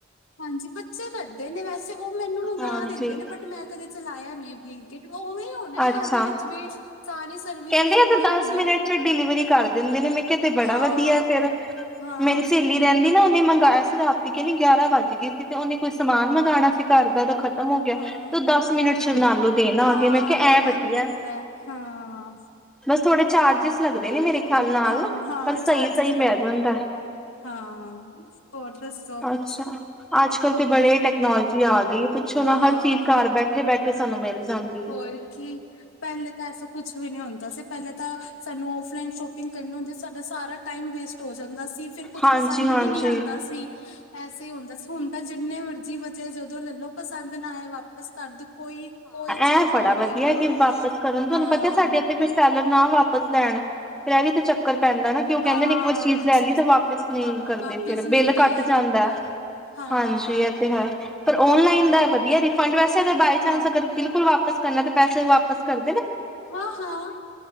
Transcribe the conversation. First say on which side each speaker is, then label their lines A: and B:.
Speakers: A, on the left (about 80°); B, in the centre.
A: ਹਾਂਜੀ ਬੱਚੇ ਲੱਦੇ ਨੇ ਵੈਸੇ ਉਹ ਮੈਨੂੰ ਮੰਗਵਾ
B: ਹਾਂਜੀ
A: ਦਿੰਦੇ ਨੇ ਬਟ ਮੈਂ ਕਦੇ ਚਲਾਇਆ ਈਵਨੀਿੰਗ ਕੇ ਉਵੇਂ ਹੋਣਾ
B: ਅੱਛਾ
A: ਇਹਦੇ ਵਿੱਚ ਵੀ ਸਾਰੀ ਸਰਵਿਸਿਸ
B: ਕਹਿੰਦੇ
A: ਉਵੇਂ
B: ਆ ਤੇ
A: ਹੀ
B: ਦਸ
A: ਹੋਣੀਆਂ
B: ਮਿੰਟ
A: ਨੇ
B: ਚ ਡਿਲੀਵਰੀ ਕਰ ਦਿੰਦੇ ਨੇ ਮੈਂ ਕਿਹਾ ਤੇ ਬੜਾ
A: ਹਾਂ
B: ਵਧੀਆ ਫੇਿਰ
A: ਹਾਂ
B: ਮੇਰੀ ਸਹੇਲੀ
A: ਬਿਲਕੁਲ
B: ਰਹਿੰਦੀ ਨਾ ਉਹਨੇ ਮੰਗਵਾਆ ਅਸੀ ਰਾਤਤੀ ਕਹਨੀ ਗਿਆਰਾਂ ਵੱਜ ਗਏ ਸੀ ਤੇ ਉਹਨੇ ਕੋਈ ਸਮਾਨ ਮੰਗਉਣਾ ਸੀ ਘਰ ਦਾ ਖ਼ਤਮ ਹੋ ਗਿਆ
A: ਹਾਂ
B: ਤੂੰ ਦਸ ਮਿੰਟ ਸ਼ਰਨਾਲੂ
A: ਹਾਂ
B: ਦੇਣ ਆ
A: ਹਾਂ
B: ਗ ਮੈਂ ਕਿਹਾ ਐ ਵਧੀਆ
A: ਐਵੇਂ ਹੁੰਦਾ ਹਾਂ
B: ਬਸ ਥੋੜੇ ਚਾਰਜਿਸ ਲੱਗਦੇ ਨੇ ਮੇਰੇ ਖਿਆਲ ਨਾਲ
A: ਹਾਂ ਹਾਂ
B: ਪਰ ਸਹੀ
A: ਚਾਰਜਿਸ
B: ਸਹੀ
A: ਲੱਗੇ
B: ਪੈ ਜਾਂਦਾ
A: ਹਾਂ ਹੋਰ ਦੱਸੋ
B: ਅੱਛਾ
A: ਕੁਛ
B: ਅੱਜ ਕੱਲ ਤੇ ਬੜੇ ਟੈਕਨੋਲੋਜੀ ਆ ਗਈ ਪੁੱਛੋ ਨਾ
A: ਹਾਂ
B: ਹਰ ਚੀਜ਼ ਘਰ ਬੈਠੇ ਬੈਠੇ ਸਾਨੂੰ ਮਿਲ ਜਾਂਦੀ
A: ਹੋਰ
B: ਹੈ
A: ਕੀ ਪਹਿਲੇ ਤਾਂ ਐਸੋ ਕੁਛ ਵੀ ਨੀ ਹੁੰਦਾ ਸੀ ਪਹਿਲਾਂ ਤਾਂ ਸਾਨੂੰ ਔਫਲਾਈਨ ਸ਼ੋਪਿੰਗ ਕਰਨੀ ਹੁੰਦੀ ਸਾਡਾ ਸਾਰਾ ਟਾਈਮ ਵੇਸਟ ਹੋ ਜਾਂਦਾ ਸੀ ਫਿਰ ਕੁੱਛ
B: ਹਾਂਜੀ
A: ਪਸੰਦ
B: ਹਾਂਜੀ
A: ਵੀ ਨਹੀਂ ਆਂਦਾ ਸੀ ਐਸੇ ਹੀ ਹੁੰਦਾ ਹੁਣ ਤਾਂ ਜਿੰਨੇ ਮਰਜ਼ੀ ਵਜੇ ਜਦੋਂ ਲੈ ਲੋ ਪਸੰਦ ਨਾ ਆਏ ਵਾਪਸ ਰਦ ਕੋਈ ਕੋਈ ਚੀਜ਼
B: ਐ
A: ਦਾ
B: ਬੜਾ
A: ਉਹ
B: ਵਧੀਆ
A: ਨੀ ਹੈਗਾ
B: ਕਿ ਵਾਪਿਸ ਕਰਨ ਤੁਹਾਨੂੰ
A: ਹਾਂ
B: ਪਤਾ ਸਾਡੇ ਇਥ ਫ ਸੈਲਰ ਨਾ ਵਾਪ ਲੈਣ ਫਿਰ ਇਹ ਵੀ ਤੇ ਚੱਕ ਪੈਂਦਾ ਨਾ ਕਿ ਉਹ ਕਹਿੰਦੇ
A: ਹਾਂ
B: ਇੱਕ ਵਾਰ ਚੀਜ਼ ਲੈ ਲਈ ਤੇ ਵਾਪਿਸ ਨਹੀਂ
A: ਹਾਂ
B: ਕਰਦੇ।
A: ਵਾਪਿਸ
B: ਫਿਰ
A: ਨੀ
B: ਬਿੱਲ
A: ਹੋਏਗੀ
B: ਕੱਟ
A: ਇਹੀ
B: ਜਾਂਦਾ।
A: ਹੁੰਦਾ ਹੈ। ਹਾਂ
B: ਹਾਂਜੀ ਇਹ ਤੇ ਹੈ ਪਰ ਓਨਲਾਈਨ ਦਾ ਵਧੀਆ ਫੰਡ ਵਸ ਬਿਲਕੁਲ
A: ਹਾਂ
B: ਵਾਪ ਵਾਪਸ ਕਰਨਾ ਤੇ ਪੈਸੇ ਵਾਪਸ ਕਰ
A: ਹਾਂ ਹਾਂ,